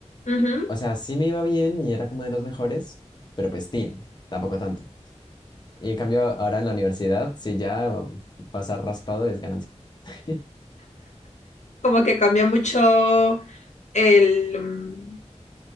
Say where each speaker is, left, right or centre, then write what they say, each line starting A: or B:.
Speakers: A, on the left; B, on the left.
A: Ujú.
B: o sea, sí me iba bien y era como de los mejores, pero pues teen, tampoco tanto. Y en cambio, ahora en la universidad, sí ya pasar raspado es ganancia. <laughs>
A: Como que cambia mucho el, mm,